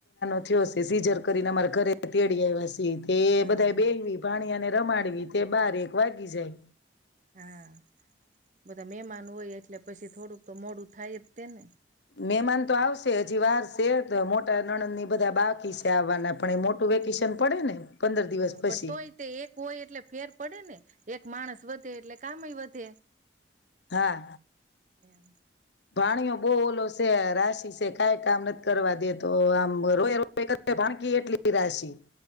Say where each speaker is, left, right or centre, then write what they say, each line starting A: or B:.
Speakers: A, on the left; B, on the right.
A: થયો સે. સીજર કરીને અમારા ઘરે તેડી આવ્યા સ તે
B: હા
A: બધાય
B: હા
A: બેવી ભાણીયાને રમાડવી તે બાર, એક વાગી જાય.
B: હા, બધા મેમાન હોય એટલે પછી થોડુંક તો મોડું થાય જ તે ને.
A: મેમાન તો આવશે હજી વાર સે તો મોટા નણંદ ને ઈ બધા બાકી સે આવવાના. પણ એ મોટું વેકેશન
B: હા,
A: પડે ને પંદર દિવસ
B: હા,
A: પછી
B: પણ તોય તે એક હોય એટલે ફેર પડે ને. એક માણસ વધે એટલે કામ એય વધે.
A: હા,
B: એમ
A: ભાણીઓ બોવ ઓલો સે રાશિ સે કાય કામ નથ કરવા દેતો. આમ રોયા રોય <unintelligible> ભાણકી એટલી રાશિ.